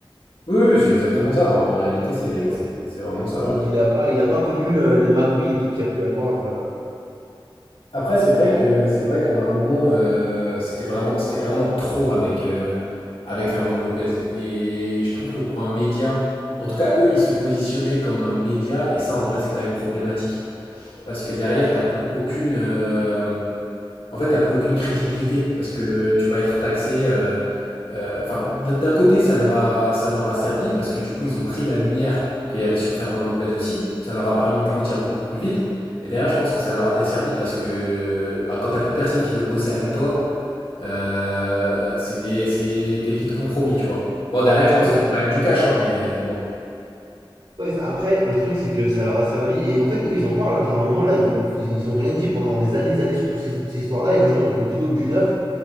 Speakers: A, on the left; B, on the right.
A: oui, oui, c'est exactement ça. En réalité, c'est
B: Tu vois.
A: c'est- c'est vraiment ça,
B: Donc,
A: ouais.
B: il a pas, il a pas connu euh, les magouilles et tout qu'il y a pu avoir. euh.
A: Après, c'est vrai que c'est vrai qu'à un moment, euh, c'était vraiment, c'était vraiment trop avec, euh, avec Fernand Lopez. Et je trouve que pour un média, en tout cas, eux, ils se positionnaient comme un média, et ça, en vrai, c'est quand même problématique. Parce que derrière, t'as plus aucune, euh, en fait, t'as plus aucune crédibilité parce que tu vas être taxé. euh, euh, Enfin, d- d'un côté, ça leur a, ça leur a servi parce que du coup, ils ont pris la lumière qu'il y avait sur Fernand Lopez aussi. Ça leur a permis de grandir beaucoup plus vite. Mais derrière, je pense que ça leur a desservi parce que bah, quand t'as plus personne qui veut bosser avec toi, euh, c'est des- c'est- t'es vite compromis, tu vois. Bon, derrière, je
B: Ouais,
A: pense
B: bah
A: qu'ils font
B: c'est
A: quand même du cash, hein, mais bon.
B: Ouais, après, le truc, c'est que ça leur a servi. Et en fait, eux, ils en parlent. hein. genre, à un moment, là, ils ont, ils ont rien dit pendant des années, des années sur toutes ces, ces histoires-là. Et un jour, ils ont fait une vidéo d'une heure